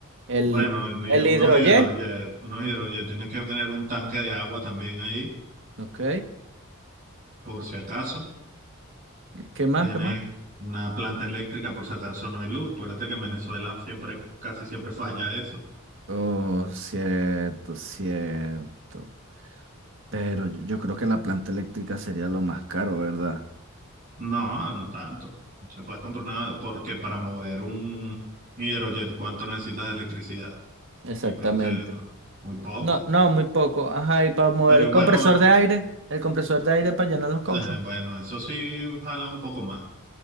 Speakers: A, on the right (about 60°); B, on the right (about 40°).
A: el,
B: Bueno, ni-
A: el
B: unos
A: hidroyé.
B: hidrojet, unos hidrojet, tienes que tener un tanque de agua también ahí,
A: Ok,
B: por si acaso.
A: ¿qué más,
B: Tienes
A: qué más?
B: una planta eléctrica por si acaso no hay luz. Acuérdate que en Venezuela siempre, casi siempre <laughs> falla eso.
A: Oh, cierto, cierto. Pero yo, yo creo que la planta eléctrica sería lo más caro, ¿verdad?
B: No, no tanto. Se puedes comprar nada porque para mover un hidrojet, ¿cuánto necesitas de electricidad?
A: Exactamente.
B: Yo creo que es muy poco.
A: No, no, muy poco. Ajá, y para mover
B: Pero igual
A: el compresor
B: no.
A: de aire, el compresor de aire para llenar los cauchos.
B: Eh, bueno, eso sí jala un poco más.